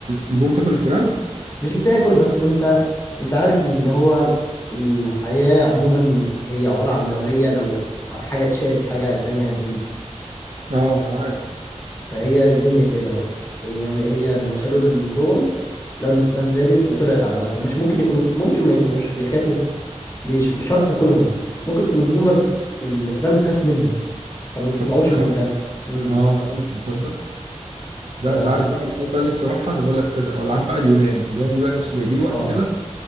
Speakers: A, on the right; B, on the left.
A: البومه تاكل الفيران
B: مش بتاكل بس أنت أنت عارف اللي هو الحياة عموما هي عبارة عن دورية لو حاجة اتشالت حاجة تانية هتزيد
A: اه عارف
B: فهي الدنيا كده بقى هي هي لما شالوا البوم لقوا إن الفيران زادت وطلعت على البلد طب مش ممكن يكونوا ممكن ما يكونوش بيخافوا مش مش شرط تاكلهم ممكن تكون البومة الفيران بتخاف منهم فما بيطلعوش
A: فبتستخبى
B: من مكانهم امم
A: اه ممكن تصدق ده
B: ف
A: انت عارف بقى الحاجات بقى اللي نفسي اروحها زي ما بقول لك كده ولا عارف بقى اليونان اليونان دي بقى نفسي بيجي لي وقت
B: اه
A: كده